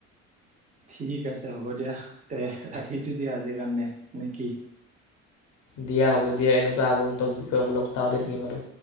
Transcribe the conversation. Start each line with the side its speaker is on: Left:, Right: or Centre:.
Right: ঠিক আছে হ'ব দিয়া দে ৰাখিছোঁ দিয়া আজিৰ কাৰণে, নে কি?
Left: দিয়া হ'ব। দিয়া এনেকুৱা আগন্তক বিষয়মূলক কথা পাতি থাকিম আৰু।